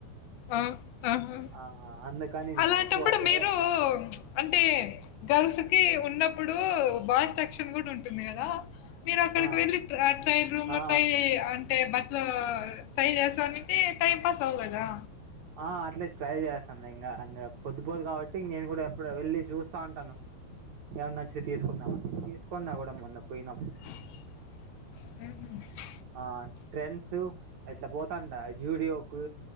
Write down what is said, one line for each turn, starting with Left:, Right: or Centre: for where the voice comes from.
Left: ఆ ఆహా!
Right: ఆ అందుకని
Left: అలాంటప్పుడు
Right: నేను ఎక్కువ తిరగను
Left: మీరూ? అంటే గర్ల్స్ కి ఉన్నప్పుడు బాయ్స్ సెక్షన్ కూడా ఉంటుంది కదా. మీరు అక్కడికి
Right: ఆ
Left: వెళ్ళి ట్రైల్ రూమ్
Right: ఆ
Left: లో ట్రై అంటే బట్టలు ట్రై చేస్తాని అంటే టైం పాస్ అవు గదా
Right: ఆ అట్లే ట్రై చేస్తాను ఇంకా పొద్దు పోదు కాబట్టి నేను కూడా ఎప్పుడు వెళ్ళి చూస్తా ఉంటాను. ఎవన్న నచ్చితే తీసుకుందామని తీసుకన్నా కూడా మొన్న పోయిన
Left: అ
Right: ఆ ట్రెండ్స్ అట్లా పోతాంట జూడియోకు